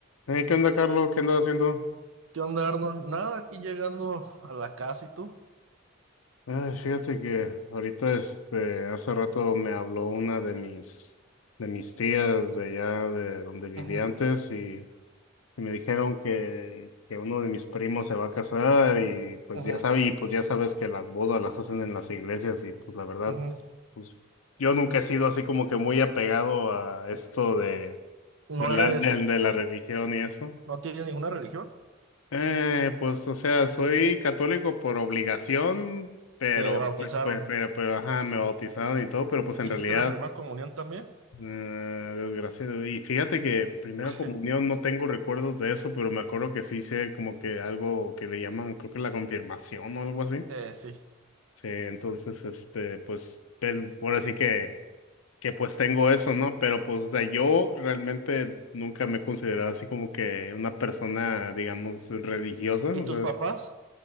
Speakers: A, on the left; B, on the right.
A: Hey, ¿qué onda, Carlos? ¿Qué andas haciendo?
B: ¿Qué onda, Arnold? Nada, aquí llegando a la casa y tú.
A: Ay, fíjate que ahorita, este, hace rato me habló una de mis, de mis tías de allá de donde vivía
B: Ujú,
A: antes y, y me dijeron que, que uno de mis primos se va a casar y pues
B: ujú,
A: ya sabe, y pues ya sabes que las bodas las hacen en las iglesias y pues la verdad,
B: ujú.
A: pues yo nunca he sido así como que muy apegado a esto de,
B: No
A: del
B: eres,
A: ar- del- de la religión y eso.
B: no tienes ninguna religión.
A: Eh, pues, o sea, soy católico por obligación, pero,
B: Te bautizaron.
A: pues, pues, pero, pero, ajá, me bautizaron y todo, pero pues en
B: ¿Hiciste
A: realidad,
B: la primera comunión también?
A: eh, desgraciado. Y fíjate que primera
B: <laughs>
A: comunión
B: Sí,
A: no tengo recuerdos de eso, pero me acuerdo que sí hice como que algo que le llaman, creo que la confirmación o algo así.
B: Eh, sí.
A: Sí, entonces, este, pues, el- ahora sí que, que pues tengo eso, ¿no? Pero pues, o sea, yo realmente nunca me he considerado así como que una persona, digamos, religiosa,
B: ¿Y
A: o
B: tus
A: sea,
B: papás?